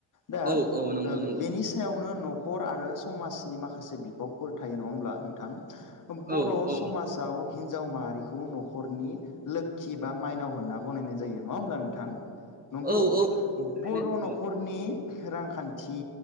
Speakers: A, on the left; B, on the right.
A: दा
B: औ औ नंगौ नंगौ
A: बेनि सायावनो न हर आरो समाजनि माखासे बिबावफोर थायो नङा होमब्ला नोंथां।
B: औ
A: बर'
B: औ
A: समाजाव हिन्जाव माहारि <unintelligible> नखरनि लोखि बा माइनाव होनना गनायनाय जायो नङा होमब्ला नोंथां। नंगौ
B: औ औ थारैनो
A: बर नख'रनि रांखान्थि